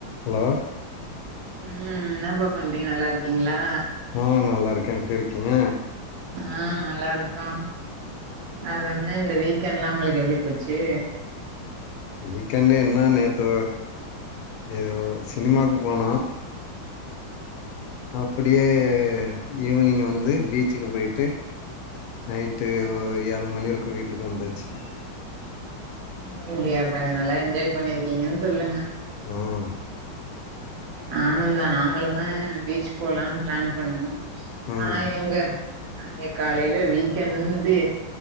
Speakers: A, on the left; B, on the right.
A: Hello
B: ம் இன்னப்பா பண்றீங்க நல்லா இருக்கீங்ளா
A: ஆ நல்லா இருக்கே எப்டி இருக்கீங்க
B: ஆ நல்ல இருங்கோ அதென்ன இந்த வீக் எண்டுலா உங்களுக்கு எப்டி போச்சி
A: வீக்கெண்டு என்னா நேத்து அ சினிமாவுக்கு போனோ அப்டியே ஈவ்னிங் வந்து பீச்சுக்கு போயி்ட்டு நைட்டு ஏழு மணி இருக்கு வீட்டுக்கு வந்தாச்சி
B: பரவால்லையப்பா நீ நல்லா என்ஜாய் பண்ணி இருக்கீங்கன்னு சொல்லுங்க
A: ம்
B: நானுந்தா நாங்களு தா பீச் போலான்னு பிளான் பண்ணோ
A: ம்
B: ஆனா எங்க நாங்க காலையில விக் எண்ட் இன்டு